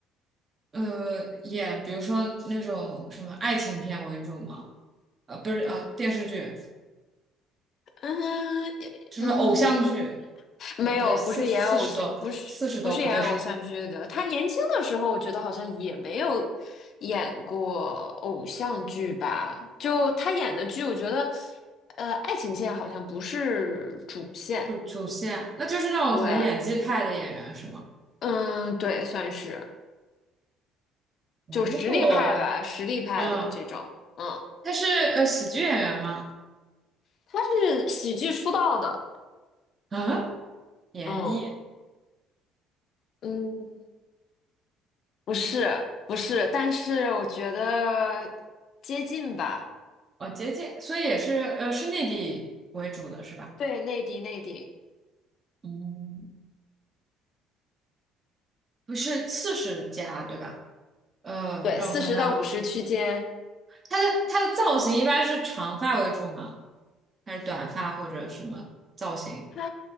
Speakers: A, on the right (about 35°); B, on the left (about 55°).
A: 呃演比如说那种什么爱情片为主嘛，呃，不是呃电视剧，
B: 嗯
A: 就是偶像剧，
B: 嗯，没有，
A: 哦不对，四四十多四十多不对，
B: 不是演偶像，不是不是演偶像剧的。他年轻的时候，我觉得好像也没有演过偶像剧吧。就他演的剧，我觉得，呃，爱情线好像不是主线。
A: 主主线，那就是那种很演技派的演员是吗？
B: 对，嗯，对，算是
A: 哦，
B: 就实力派吧，实力派的这种。
A: 嗯，
B: 嗯，
A: 她是呃喜剧演员吗？
B: 他是喜剧出道的。
A: 啊，闫妮。
B: 嗯嗯，不是不是，但是我觉得接近吧。
A: 哦，接近，所以也是呃，是内地为主的是吧？
B: 对，内地内地。
A: 嗯，不是四十加对吧？呃，
B: 对，
A: 让我想想啊，
B: 四十到五十区间，
A: 它的它的造型一般是长发为主吗？还是短发或者什么造型？
B: 他